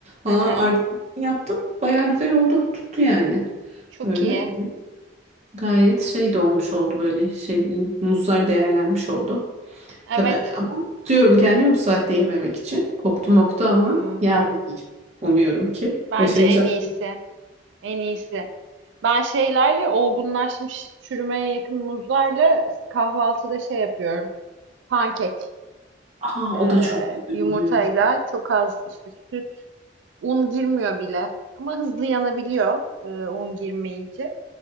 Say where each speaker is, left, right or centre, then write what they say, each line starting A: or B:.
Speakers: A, on the right (about 75°); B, on the right (about 35°).
A: hı
B: Valla
A: hı.
B: Yaptım. Bayağı güzel oldu. Tuttu yani.
A: Çok
B: Öyle.
A: iyi.
B: Hani gayet şey de olmuş oldu böyle şey muzlar değerlenmiş oldu.
A: Evet.
B: Tabii ama tutuyorum kendimi bu saatte yememek için. Koptu moktu ama
A: Hmm,
B: yarın yiyeceğim. Umuyorum ki
A: bence
B: başaracağım.
A: en iyisi. En iyisi. Ben şeylerle olgunlaşmış çürümeye yakın muzlarla kahvaltıda şey yapıyorum. Pankek.
B: Aa
A: eee,
B: o da çok güzel
A: yumurtayla
B: oluyor.
A: çok az işte süt. Un girmiyor bile. Ama hızlı yanabiliyor, e, un girmeyince.